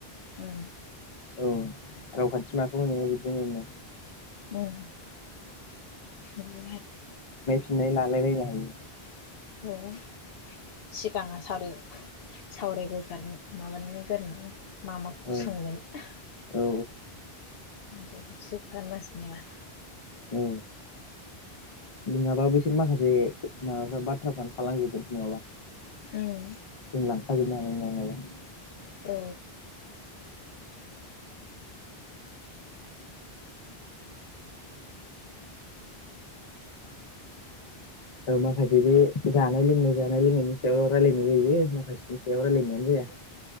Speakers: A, on the left; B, on the left.
A: औ
B: औ रावखान्थि माखौ होनो बिदिनो होनना
A: उम <unintelligible>
B: ननाय लालायलायनो हायो।
A: उम सिगाङा सावरि सावरि गोगार माबानानै गोरनानै मा माखौ
B: औ
A: सोंगोन <unintelligible>
B: औ
A: बिदिसो खालामनांसिगोन एबार
B: औ नङाबा बै माखासे माबाखो बा थ्राफ्रानो थालांजोबगोनसो नङाबा
A: उम
B: जों लांफाजोबनो हानाय नङा । <unintelligible>
A: औ
B: ओ माखासे बे जानाय लोंनाय जानाय लोंनायनि सायावल' रायलायनाय जायो माखासेनि सायाव रायलायनायानो जाया